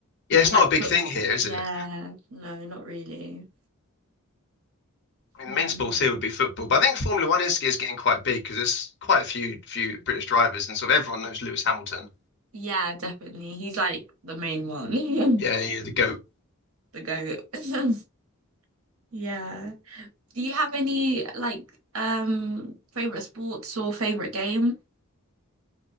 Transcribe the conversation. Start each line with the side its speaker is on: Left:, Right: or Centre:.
Left: Yeah,
Right: is
Left: it's
Right: like
Left: not a big
Right: football.
Left: thing here, is
Right: Yeah,
Left: it?
Right: no, not really.
Left: I mean,
Right: No.
Left: the main sports here would be football, but I think Formula One is is getting quite big because there's quite a few few British drivers, and sort of everyone knows Lewis Hamilton.
Right: Yeah, definitely. He's like the main one,
Left: Yeah,
Right: <laughs>
Left: yeah, the GOAT.
Right: the goat. <laughs> Yeah. Do you have any like um favorite sports or favorite game?